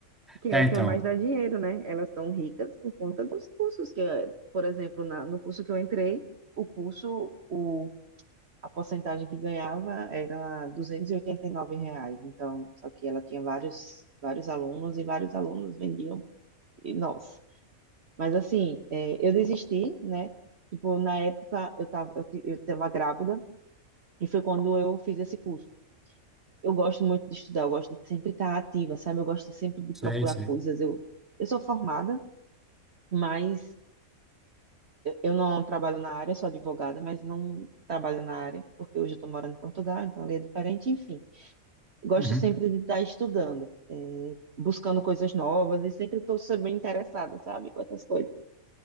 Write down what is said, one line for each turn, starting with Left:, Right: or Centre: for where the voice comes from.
Right: que
Centre: É,
Right: é o
Centre: então.
Right: que mais dá dinheiro, né? Elas estão ricas por conta dos cursos, que, é, por exemplo, na, no curso que eu entrei, o curso, o, a porcentagem que ganhava era duzentos e e oitenta e nove reais. Então, só que ela tinha vários, vários alunos e vários alunos vendiam, e, nossa. Mas assim, é, eu desisti, né? Tipo, na época eu tava, eu, ti- eu tava grávida e foi quando eu fiz esse curso. Eu gosto muito de estudar, eu gosto de sempre estar ativa, sabe? Eu gosto de sempre de
Centre: Sei,
Right: procurar
Centre: sei.
Right: coisas. Eu, eu sou formada, Mas eu não trabalho na área, sou advogada, mas não trabalho na área, porque hoje eu estou morando em Portugal, então ali é diferente, enfim. Gosto
Centre: Uhum.
Right: sempre de estar estudando, eh, buscando coisas novas e sempre estou sempre interessada, sabe, com outras coisas.